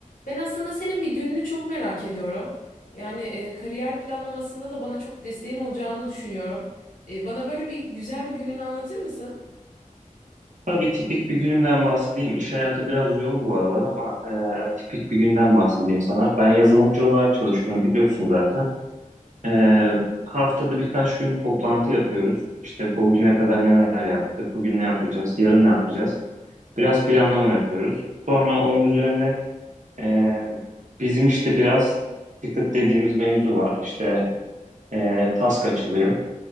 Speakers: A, on the left (about 80°); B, on the right (about 65°).
A: Ben aslında senin bir gününü çok merak ediyorum. Yani e, kariyer planlamasında da bana çok desteğin olacağını düşünüyorum. E, bana böyle bir güzel bir gününü anlatır mısın?
B: Tabii tipik bir günümden bahsedeyim. İş hayatı biraz yoğun bu aralar ama e, tipik bir günden bahsedeyim sana. Ben yazılımcı olarak çalışıyorum biliyorsun zaten. E, haftada birkaç gün toplantı yapıyoruz. İşte bugüne kadar neler yaptık, bugün ne yapacağız, yarın ne yapacağız. Biraz planlama yapıyoruz. Sonra onun üzerine e, bizim işte biraz ticket dediğimiz mevzu var. İşte e, task açılıyor.